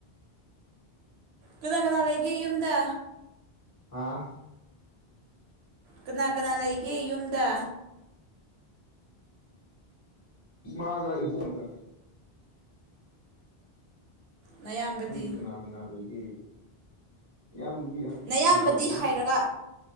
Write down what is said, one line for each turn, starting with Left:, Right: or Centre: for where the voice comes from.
Right: ꯀꯅꯥ ꯀꯅꯥ ꯂꯩꯒꯦ ꯌꯨꯝꯗ
Left: ꯑꯥ
Right: ꯀꯅꯥ ꯀꯅꯥ ꯂꯩꯒꯦ ꯌꯨꯝꯗ
Left: ꯏ ꯃꯥꯒ ꯏꯕꯨꯨꯡꯒ
Right: ꯅꯌꯥꯝꯕꯗꯤ
Left: ꯂꯩꯗꯤ ꯀꯅꯥ ꯀꯅꯥ ꯂꯩꯒꯦ ꯏꯌꯥꯝꯕꯗꯤ
Right: ꯅꯌꯥꯝꯕꯗꯤ
Left: ꯍꯜꯂꯛꯇ꯭ꯔꯤ
Right: ꯍꯥꯏꯔꯒ